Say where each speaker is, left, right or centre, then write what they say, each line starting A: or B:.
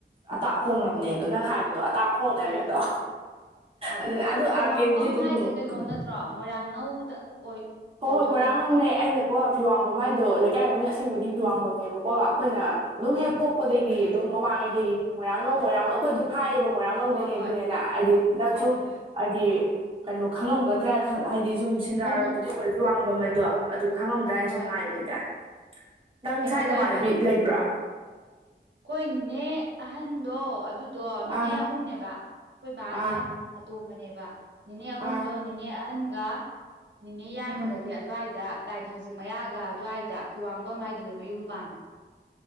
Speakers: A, on the right; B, on the right.
A: ꯑꯇꯥ ꯑꯍꯣꯡꯅꯕꯅꯦ ꯑꯗꯣ ꯅꯪ ꯍꯥꯏꯕꯗꯣ ꯇꯥ ꯐꯣꯡꯅꯔꯦ
B: ꯍꯣꯏ
A: ꯑꯗꯣ
B: ꯍꯣꯏ ꯑꯧ
A: ꯑꯗꯨ ꯑꯗꯨ ꯑꯥꯔ
B: ꯋꯥꯡꯕꯝ
A: ꯀꯦꯕꯨꯗꯤ ꯑꯗꯨꯝ
B: ꯍꯥꯏꯁꯦ
A: ꯅꯔꯛꯄꯅꯤ
B: ꯀꯩꯅꯣ ꯅꯠꯇ꯭ꯔꯣ ꯃꯣꯏꯔꯥꯡꯅꯧꯗ ꯑꯣꯏ
A: ꯍꯣꯏ
B: ꯑꯣꯏꯗꯣꯏ
A: ꯍꯣꯏ ꯃꯣꯏꯔꯥꯡ
B: ꯅꯠꯇ꯭ꯔꯥ
A: ꯅꯪꯃꯦ ꯑꯩꯅꯀꯣ ꯐꯤꯋꯥꯡꯕꯝ ꯍꯥꯏꯗꯣ ꯂꯩꯀꯥꯏ ꯃꯃꯤꯡ ꯑꯁꯦꯡꯕꯗꯤ
B: ꯎꯝ
A: ꯐꯤꯋꯥꯡꯕꯝꯅꯦꯕꯣ ꯀ ꯑꯩꯈꯣꯏꯅ ꯑꯗꯨꯝ
B: ꯎꯝ
A: ꯍꯦꯛ ꯄꯣꯛꯄꯗꯒꯤ ꯑꯗꯨꯝ ꯃꯃꯥꯡꯉꯩꯗꯒꯤ ꯃꯣꯏꯔꯥꯡ ꯂꯧꯧ ꯃꯣꯏꯔꯥꯡ ꯅꯧ ꯑꯩꯈꯣꯏ ꯑꯗꯨꯝ ꯍꯥꯏꯌꯦꯕ ꯃꯣꯏꯔꯥꯡꯂꯧꯗꯅꯦ
B: ꯍꯣꯏ ꯍꯣꯏ
A: ꯑꯗꯨꯅꯦꯅ ꯍꯥꯏꯗꯤ ꯅꯪ
B: ꯍꯥꯏꯕꯅꯦ
A: ꯁꯨꯝ ꯍꯥꯏꯗꯤ ꯀꯩꯅꯣ ꯈꯪꯉꯝꯒꯗ꯭ꯔꯥ ꯍꯥꯏꯗꯤ ꯁꯨꯝ ꯁꯦꯟꯗ꯭ꯔꯥꯔꯣꯠ
B: ꯍꯣꯃꯣ
A: ꯑꯣꯏꯔꯦ ꯐꯤ ꯋꯥꯡꯕꯝ
B: ꯎꯝ
A: ꯍꯥꯏꯩꯗꯣ ꯑꯗꯨ ꯈꯪꯉꯝꯗ꯭ꯔꯥ ꯍꯥꯏꯅ
B: ꯍꯣꯏ
A: ꯁꯨꯝ ꯍꯥꯏꯕꯅꯤꯗ ꯅꯪ
B: ꯀꯩꯅꯣ
A: ꯁ꯭ꯋꯥꯏ
B: ꯇꯧꯔꯤꯕ
A: ꯅꯃꯥꯟꯅꯕꯤ ꯂꯩꯕ꯭ꯔꯥ
B: ꯀꯣꯏꯅꯤꯅꯦ ꯑꯍꯟꯗꯣ ꯑꯗꯨꯗꯣ ꯅꯤꯅꯦ
A: ꯑꯥ
B: ꯑꯍꯨꯝꯅꯦꯕ ꯑꯩꯈꯣꯏ ꯕꯥꯅ
A: ꯑꯥ
B: ꯑꯇꯣꯝꯕꯅꯦꯕ ꯅꯤꯅꯦ ꯑꯍꯨꯝꯗꯣ
A: ꯑꯥ
B: ꯅꯤꯅꯦ ꯑꯍꯟꯒ ꯅꯤꯅꯦ ꯌꯥꯝꯃꯒꯗꯤ
A: ꯎꯝ
B: ꯑꯗꯨꯋꯥꯏꯗ ꯂꯥꯏ ꯊꯥꯡꯖꯤꯡ ꯃꯌꯥꯒ ꯑꯗꯨꯋꯥꯏꯗ ꯐꯤꯋꯥꯡꯕ ꯃꯥꯏꯗꯨꯗ ꯃꯌꯨꯝ ꯄꯥꯟꯕ